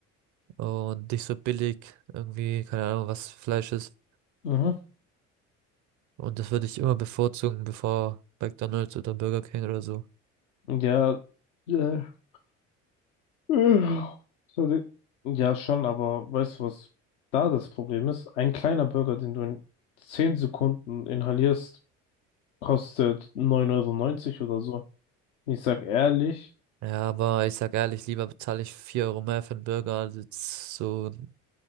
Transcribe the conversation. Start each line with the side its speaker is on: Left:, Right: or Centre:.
Right: und nicht so billig irgendwie, keine Ahnung, was Fleisch ist.
Left: Mhm.
Right: Und das würde ich immer bevorzugen, bevor McDonald's oder Burger King oder so.
Left: Ja, ja. Äh, Sorry. Ja, schon, aber weißt du, was da das Problem ist? Ein kleiner Burger, den du in 10 Sekunden inhalierst, kostet neun Euro neunzig oder so. Ich sag ehrlich,
Right: Ja, aber ich sag ehrlich, lieber bezahle ich 4 Euro mehr für einen Burger, als jetzt so einen